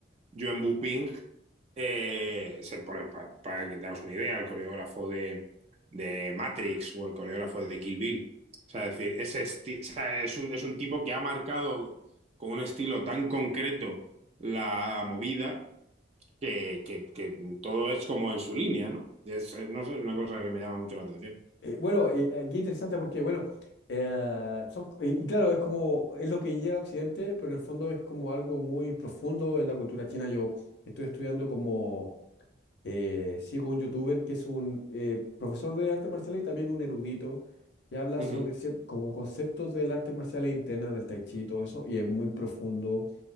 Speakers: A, on the right; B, on the left.
A: John Boo Ping, eh, se pone, pa- para que te hagas una idea, el coreógrafo de, de Matrix o el coreógrafo de Kill Bill. O sea, es decir, ese esti- o sea, es un, es un tipo que ha marcado con un estilo tan concreto la movida que, que- que todo es como en su línea, ¿no? Es, eh, no sé, es una cosa que me llama mucho la atención.
B: Eh, bueno, eh, eh, qué interesante porque, bueno, eh, son- y, y claro, es como, es lo que llega a Occidente, pero en el fondo es como algo muy profundo en la cultura china. Yo estoy estudiando como, eh, sigo un youtuber que es un eh, profesor de artes marciales y también un erudito, y habla
A: Ujú.
B: sobre cier- como conceptos del arte marcial e interna, del tai chi y todo eso, y es muy profundo,